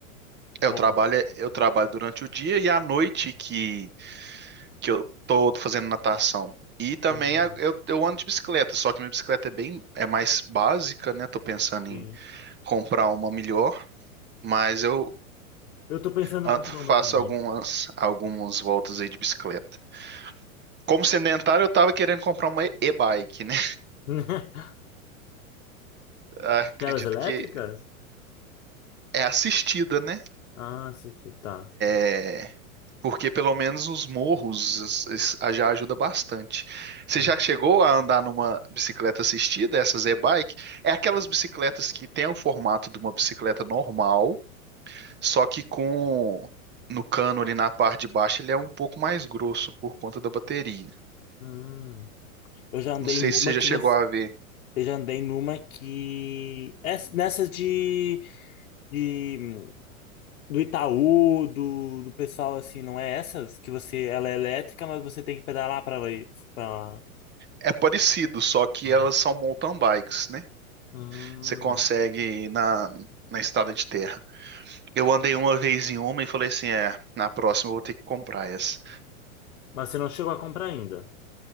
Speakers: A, on the right; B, on the left.
A: é,
B: Ou...
A: Eu trabalho, é, eu trabalho durante o dia e à noite que que eu tô fazendo natação. E também
B: Hum,
A: a- eu, eu ando de bicicleta, só que minha bicicleta é bem, é mais básica, né? Tô pensando
B: sim.
A: em comprar uma melhor, mas eu
B: Eu tô pensando
A: ah,
B: em comprar
A: faço
B: uma também.
A: algumas, algumas voltas aí de bicicleta. Como sedentário, eu tava querendo comprar uma e- e-bike, né?
B: <laughs>
A: <laughs> Acredito
B: Aquelas elétricas?
A: que é assistida, né?
B: Ah, sim, sim, tá.
A: É. Porque pelo menos os morros es- es- já ajuda bastante.
B: Sim.
A: Você já chegou a andar numa bicicleta assistida, essas e-bike? É aquelas bicicletas que tem o formato de uma bicicleta normal, só que com no cano ali na parte de baixo ele é um pouco mais grosso por conta da bateria.
B: Hum. Eu já andei
A: Não sei
B: numa
A: se você já
B: que
A: chegou
B: você.
A: a ver.
B: Eu já andei numa que. Essa- Nessas de, de. Do Itaú, do, do pessoal assim, não é essas? Que você. Ela é elétrica, mas você tem que pedalar pra ela ir. Pra... lá.
A: É parecido, só que
B: Ah.
A: elas são mountain bikes, né?
B: Hum.
A: Você consegue ir na na estrada de terra. Eu andei uma vez em uma e falei assim, é, na próxima eu vou ter que comprar essa.
B: Mas você não chegou a comprar ainda.